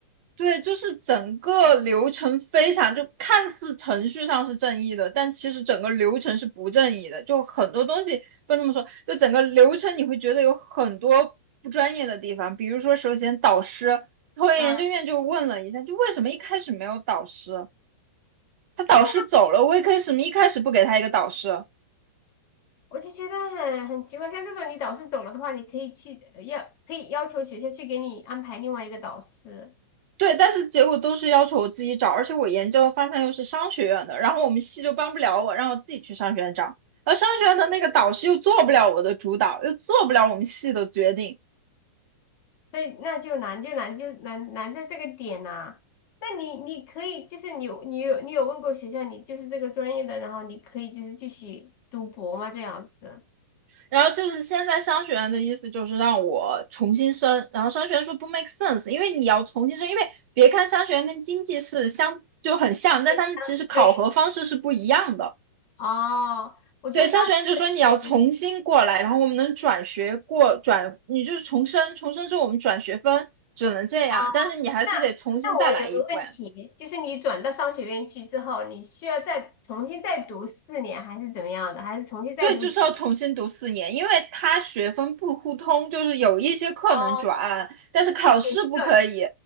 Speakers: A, on the right (about 50°); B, on the left (about 40°).
A: 对，就是整个流程非常，就看似程序上是正义的，但其实整个流程是不正义的。就很多东西不能这么说，就整个流程你会觉得有很多不专业的地方。比如说，首先导师，后来研究院就问了一下，
B: 嗯，
A: 就为什么一开始没有导师？他导师走了，
B: 对呀，
A: 威克为什么一开始不给他一个导师？
B: 我就觉得很很奇怪，像这种你导师走了的话，你可以去呃要可以要求学校去给你安排另外一个导师。
A: 对，但是结果都是要求我自己找，而且我研究的方向又是商学院的，然后我们系就帮不了我，让我自己去商学院找，而商学院的那个导师又做不了我的主导，又做不了我们系的决定，
B: 所以那就难就难就难难在这个点呐、那你你可以就是你有你有你有问过学校你就是这个专业的，然后你可以就是继续读博吗？这样子？
A: 然后就是现在商学院的意思就是让我重新申，然后商学院说不 make sense，因为你要重新申，因为别看商学院跟经济是相就很像，但他们其实考核方式是不一样的。
B: 对对，哦，我觉得商学
A: 对，商学院就说你要重新过来，
B: 院
A: 然后我们能转学过转，你就是重生重生之后我们转学分只能这样，
B: 哦，
A: 但是你还是得重新再来一遍。
B: 那那我有个问题，就是你转到商学院去之后，你需要再重新再读四年，还是怎么样的？还是重新再读几？
A: 对，就是要重新读四年，因为他学分不互通，就是有一些课能转，
B: 哦，
A: 但是考试不可以。
B: 有一个，